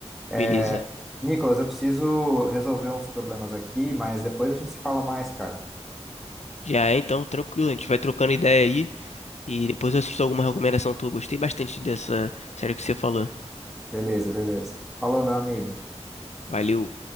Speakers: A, in the centre; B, on the left.
A: É,
B: Beleza.
A: Nicolas, eu preciso resolver uns problemas aqui, mas depois a gente se fala mais, cara.
B: Já é, então, tranquilo. A gente vai trocando ideia aí. E depois eu assisto alguma recomendação tua. Gostei bastante dessa série que você falou.
A: Beleza, beleza. Falou, meu amigo.
B: Valeu.